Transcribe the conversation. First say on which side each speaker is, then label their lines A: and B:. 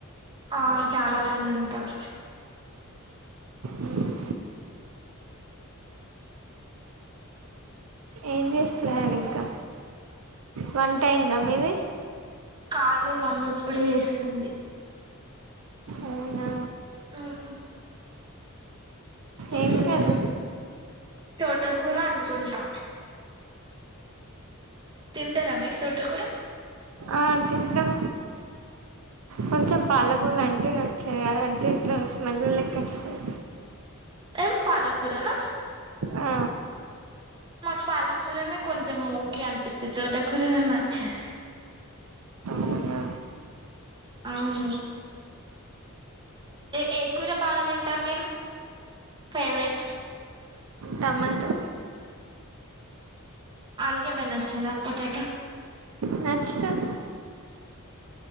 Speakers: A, on the right; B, on the right.
A: ఆ చాలా మంది ఉంటారు
B: మ్మ్. ఏం చేస్తున్నారు ఇంకా వంట అయిందా మీది
A: కాలే మమ్మీ ఇప్పుడే చేస్తుంది
B: అవునా
A: ఉమ్ టిఫిన్
B: ఏం కర్రీ
A: తిన్ తోటకూర అనుకుంటా తింటార మీరు తోటకూర
B: ఆ తింటం కొంచెం పాలకూర అం టే నచ్చదు అదంత ఎట్లానో స్మెల్ లెక్క వస్తది
A: ఏం పాలకూరనా
B: ఆ
A: మాకు పాలకూరనే కొంచెం ఓకే అనిపిస్తది తోటకూరనే నచ్చది.
B: అవునా
A: అవును ఏ ఏ కూర బాగా తింటారు మీరు ఫేవరెట్
B: టమాటో
A: ఆలుగడ్డ నచ్చదా పొటాటో
B: నచ్చు తది